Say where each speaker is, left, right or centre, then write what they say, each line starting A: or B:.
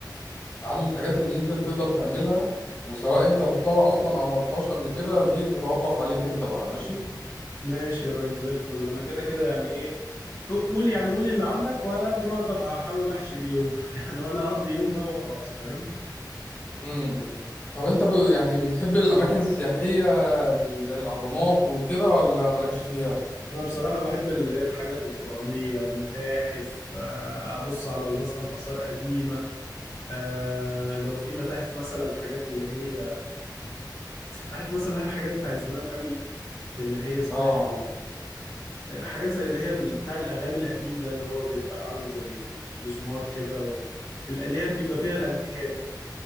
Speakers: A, on the left; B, on the left.
A: أهم الحاجات اللي ممكن تقدر تعملها وسواء أنت رحتها أصلا أو ما رحتهاش قبل كده دي تتوقف عليك أنت بقى ماشي؟
B: ماشي يا ريس زي الفل انا كده كده يعني ايه قو- قول يعني قول اللي عندك وعلى قد ما اقدر هحاول احشي اليوم <laughs> يعني وانا اقضي يوم بقى وخلاص فاهم
A: مم. طب أنت ب... يعني بتحب الأماكن السياحية زي الأهرامات وكده ولا مالكش فيها؟
B: انا بصراحه بحب ال- الحاجات الفرعونيه المتاحف آه، ابص على مثلا اثار قديمه آه لو في متاحف مثلا حاجات اللي هي عارف مثلا الحاجات بتاعت زمان قوي اللي هي اسمها
A: آه
B: ايه آه، حاجات زي اللي هي ال- بتاع الاغاني القديم ده اللي هو بيبقى عامل زي المزمار كده و... اللي هي اللي بيبقى فيها الانتيكات